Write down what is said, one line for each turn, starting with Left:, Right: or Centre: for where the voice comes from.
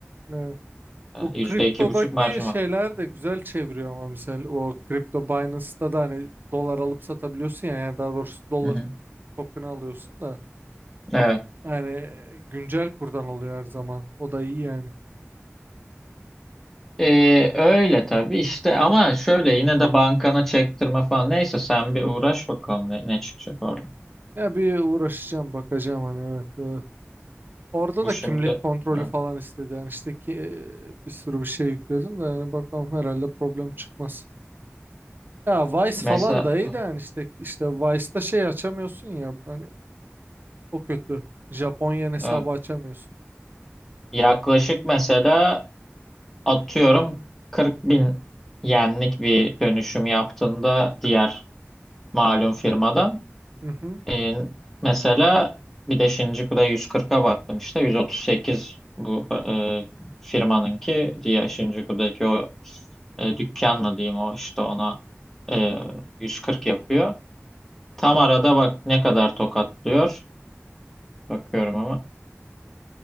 Right: evet.
Centre: Ee,
Right: Bu
Centre: Yüzde
Right: kriptodaki
Centre: iki buçuk marjım
Right: şeyler
Centre: var.
Right: de güzel çeviriyor ama mesela o kripto Binance'ta da hani dolar alıp satabiliyorsun ya yani daha doğrusu dolar
Centre: Hı hı.
Right: token'ı alıyorsun da
Centre: Evet.
Right: yani e, güncel kurdan oluyor her zaman. O da iyi yani.
Centre: Ee, öyle tabii işte ama şöyle yine de bankana çektirme falan neyse sen bir uğraş bakalım ne, ne çıkacak orada.
Right: Ya bir uğraşacağım bakacağım hani evet. e, Orada
Centre: Bu
Right: da
Centre: şimdi
Right: kimlik kontrolü
Centre: evet.
Right: falan istedi. Yani işte ki e, bir sürü bir şey yükledim de yani bakalım herhalde problem çıkmaz. Ya Vice
Centre: mesela
Right: falan da iyi
Centre: evet,
Right: de yani işte işte Vice'da şey açamıyorsun ya hani o kötü. Japonya hesabı
Centre: evet.
Right: açamıyorsun.
Centre: yaklaşık mesela Atıyorum 40 bin yenlik bir dönüşüm yaptığında diğer malum firmadan
Right: Hı hı.
Centre: e, mesela bir de Shinjuku'da 140'a baktım işte 138 bu e, firmanınki diye Shinjuku'daki o e, dükkan mı diyeyim o işte ona e, 140 yapıyor. Tam arada bak ne kadar tokatlıyor. Bakıyorum